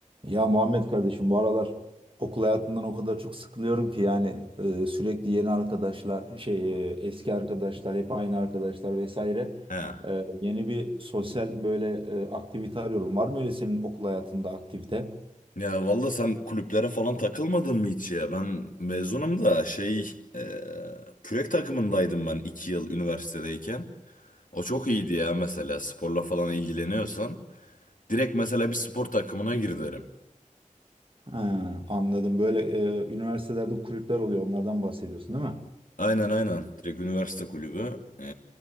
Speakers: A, on the right; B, on the left.
A: Ya Muhammed kardeşim bu aralar okul hayatından o kadar çok sıkılıyorum ki yani e, sürekli yeni arkadaşlar şey e, eski arkadaşlar hep aynı arkadaşlar vesaire.
B: He.
A: E, yeni bir sosyal böyle e, aktivite arıyorum. Var mı öyle senin okul hayatında aktivite?
B: Ya valla sen kulüplere falan takılmadın mı hiç ya? Ben mezunum da şey e, kürek takımındaydım ben 2 yıl üniversitedeyken. O çok iyiydi ya mesela sporla falan ilgileniyorsan. Direkt mesela bir spor takımına gir derim.
A: Ha, anladım. Böyle e, üniversitelerde kulüpler oluyor. Onlardan bahsediyorsun değil mi?
B: Aynen aynen direkt üniversite kulübü. E,